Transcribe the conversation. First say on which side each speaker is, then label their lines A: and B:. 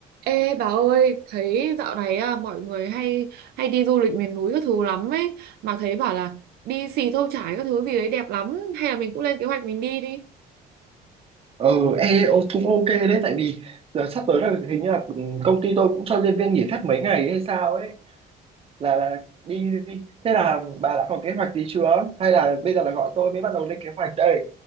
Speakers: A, on the right (about 70°); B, on the right (about 35°).
A: Ê bà ơi, thấy dạo này à, mọi người hay hay đi du lịch miền núi các thứ lắm ấy, mà thấy bảo là đi Xì Thâu Chải các thứ gì đấy đẹp lắm, hay là mình cũng lên kế hoạch mình đi đi.
B: Ờ, ê, ô, cũng ok đấy tại vì giờ sắp tới là hình như là công ty tôi cũng cho nhân viên nghỉ phép mấy ngày hay sao ấy là là đi, đi. Thế là bà đã có kế hoạch gì chưa? Hay là bây giờ là gọi tôi mới bắt đầu lên kế hoạch đây?